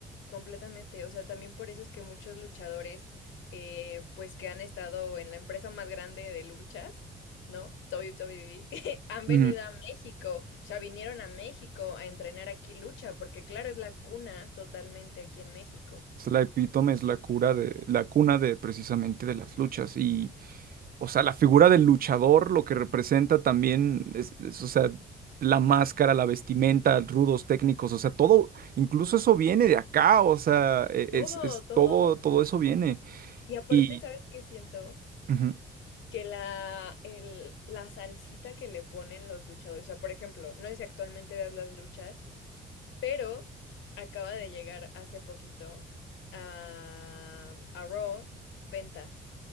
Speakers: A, on the left; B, on the right.
A: Completamente, o sea, también por eso es que muchos luchadores, eh, pues que han estado en la empresa más grande de luchas, ¿no? WWE, <laughs> han venido
B: Ujú.
A: a México, o sea, vinieron a México a entrenar aquí lucha, porque claro, es la cuna totalmente aquí en México.
B: Es la epítome, es la cura de, la cuna de precisamente de las luchas. Y, o sea, la figura del luchador, lo que representa también, es, es, o sea, la máscara, la vestimenta, rudos técnicos, o sea, todo, incluso eso viene de acá, o sea, e-
A: Todo,
B: es, es
A: todo.
B: todo, todo eso viene.
A: Y aparte,
B: Y,
A: ¿sabes qué siento?
B: ujú.
A: Que la, el, la salsita que le ponen los luchadores, o sea, por ejemplo, no sé si actualmente veas las luchas Pero acaba de llegar hace poquito a, a Raw Penta.